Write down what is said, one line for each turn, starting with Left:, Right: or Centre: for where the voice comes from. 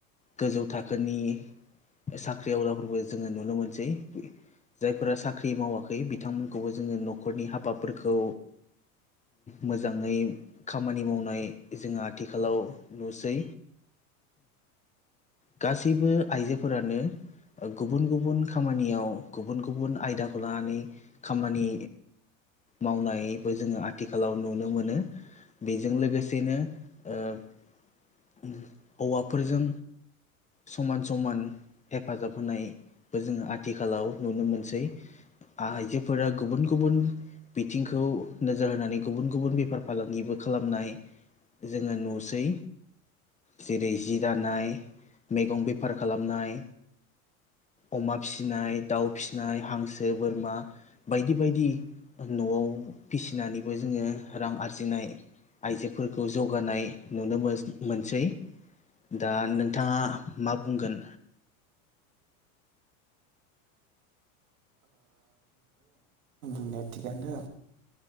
Left: गोजौ थाखोनि साख्रि आवलाबो जोङो नुनो मोनसै। जायफोरा साख्रि मावाखै बिथांमोनखौबो जोङो न'खरनि हाबाफोरखौ मोजाङै खामानि मावनाय जों आथिखालाव नुसै गासैबो आइजोफोरानो गुबुन गुबुन खामानियाव गुबुन गुबुन आयदाखौ लानानै खामानि मावनायबो जोङो आथिखालाव नुनो मोनो बेजों लोगो सेनो ओ हौवाफोरजों समान समान हेफाजाब होनाय बो जोङो आथिखालाव नुनो मोनसै आइजोफोरा गुबुन गुबुन बिथिंखौ नोजोर होनानै गुबुन गुबुन बेफार फालांगिबो खालामनाय जोङो नुसै जेरै जि दानाय मैगं बेफार खालामनाय अमा फिसिनाय दाउ फिसिनाय हांसो, बोरमा बायदि बायदि न'वाव फिसिनानैबो जोङो रां आरजिनाय आइजोफोर खौ जौगानाय नुनो मोन मोनसै दा नोंथाङा मा बुंगोन?
Right: मे <unintelligible> थिगानो